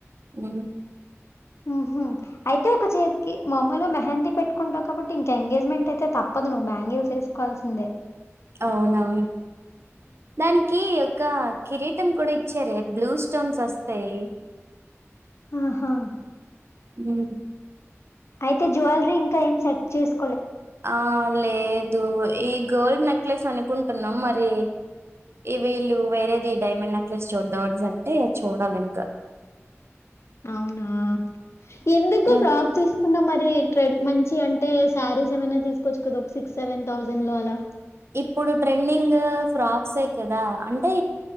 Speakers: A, on the right; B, on the left.
A: ఉ
B: మ్ హు అయితే ఒక చేతికి మములుగా మెహందీ పెట్టుకుంటావు కాబట్టి ఇంకా ఎంగేజ్మెంట్ అయితే తప్పదు నువ్వు బ్యాంగిలు చేసుకోవాల్సిందే
A: అవునవును దానికి ఒక కిరీట్ టం కూడా ఇచ్చారే బ్లూ స్టోన్స్ వస్తాయి
B: ఆహా
A: హు
B: అయితే జ్యువెలరీ ఇంకా ఏం సెట్ చేసు
A: ఆ అ లేే దు ఈ గోల్డ్ నెక్లేెస్ అనుకు టున్నాం మరి ఈ వీళ్ళు వేరేది డైమండ్ నెక్లెస్ చూద్దవ అంటే చూడాలి ఇంకా
B: అవునా ఎందుకు
A: ఉమ్,
B: ఫ్రాక్ తీసుకున్న మరి ట్రె మంచి అంటే శారీస్ ఏమైనా తీసుకోవచ్చు కదా ఒక సిక్స్ సెవెన్ థౌజండ్ లో అలా
A: ఇప్పుడు ట్రెండింగ్ ఫ్రాక్స్ ఏ కదా అంటే